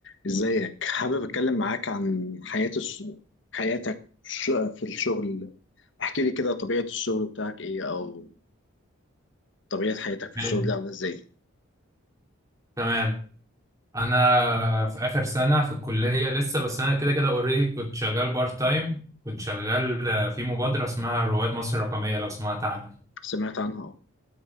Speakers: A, on the left; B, on the right.
A: ازيك حابب اتكلم معاك عن حياة الس... حياتك الش- في الشغل احكي لي كده طبيعة الشغل بتاعك ايه او طبيعة حياتك في
B: تمام
A: الشغل دي عاملة ازاي
B: تمام. انا في اخر سنه في الكليه لسه بس انا كده كده اوريدي كنت شغال بارت تايم كنت شغال آه، في مبادره اسمها رواد مصر الرقميه لو سمعت عنها
A: سمعت عنها اه